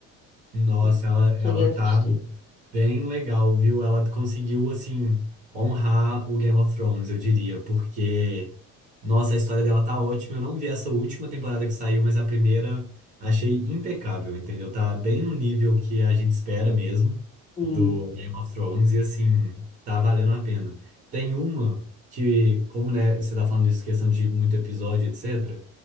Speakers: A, on the right (about 25°); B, on the left (about 15°).
A: Nossa,
B: mas eu
A: ela,
B: não
A: ela
B: cheguei a
A: tá
B: assistir.
A: bem legal, viu? Ela conseguiu, assim, honrar o Game of Thrones, eu diria, porque nossa, a história dela tá ótima. Eu não vi essa última temporada que saiu, mas a primeira achei impecável, entendeu? Tá bem no nível que a gente espera mesmo
B: Sim,
A: do Game of Thrones e assim, tá valendo a pena. Tem uma que, como né, você tá falando isso, questão de muito episódio, etc.